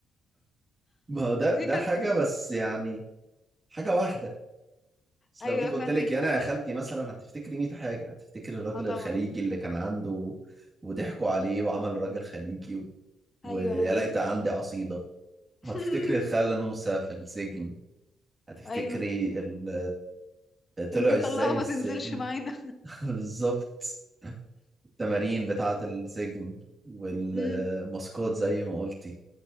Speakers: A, on the right (about 25°); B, on the left (about 35°).
A: ما هو ده
B: دي
A: ده
B: كانت
A: حاجة بس يعني حاجة واحدة بس
B: ايوه
A: لو جيت قلت
B: فاهمك
A: لك يا انا يا خالتي مثلا هتفتكري 100 حاجة هتفتكري الراجل
B: اه طبعا
A: الخليجي اللي كان عنده وضحكوا عليه وعمل راجل خليجي و... ويا
B: ايوه ايوه
A: ليت عندي عصيدة وهتفتكري
B: <laughs>
A: الخالة نوسة في السجن هتفتكري
B: ايوه
A: ال... طلع
B: المطلقه
A: ازاي من
B: ما
A: السجن
B: تنزلش معانا
A: <laughs> بالظبط التمارين بتاعة السجن والماسكات
B: امم
A: زي ما قلتي